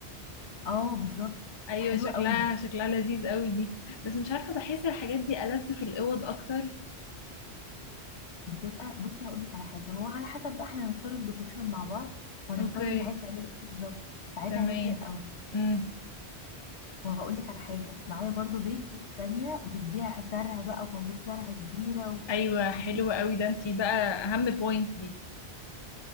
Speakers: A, on the left; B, on the left.
A: اه بالظبط
B: ايوه
A: حلوه
B: شكلها
A: قوي
B: شكلها لذيذ قوي دي بس مش عارفه بحس الحاجات دي ألذ في الاوض اكتر
A: بتبقى بصي هقول لك على حاجه هو على حسب بقى احنا هنختار الديكوريشن مع بعض وهنختار
B: اوكي
A: انت عايز تعملي ايه بالظبط ساعتها
B: تمام
A: هيفرق قوي
B: امم
A: وهقول لك على حاجه معايا برضو بيج تانية بتبيع زرع بقى وفازات زرع كبيره
B: ايوه
A: وشكلها
B: حلو قوي ده انتي بقى اهم بوينت دي